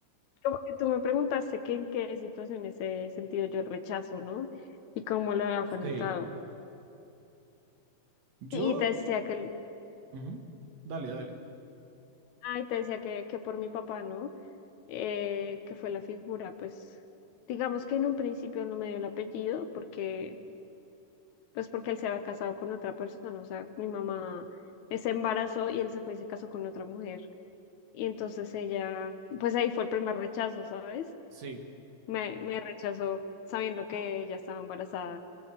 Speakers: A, on the left; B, on the right.
A: como que tú me preguntaste que en qué situaciones he sentido yo el rechazo, ¿no? Y cómo lo he afrontado.
B: Sí, yo...
A: Y te decía que, el-
B: ujú. Dale, dale.
A: ay, te decía que, que por mi papá, ¿no? Eh, que fue la figura, pues, digamos que en un principio no me dio el apellido porque, pues porque él se había casado con otra persona, o sea, mi mamá se embarazó y él se fue y se casó con otra mujer. Y entonces ella, pues ahí fue el primer rechazo, ¿sabes?
B: Sí,
A: Me, me rechazó sabiendo que ella estaba embarazada.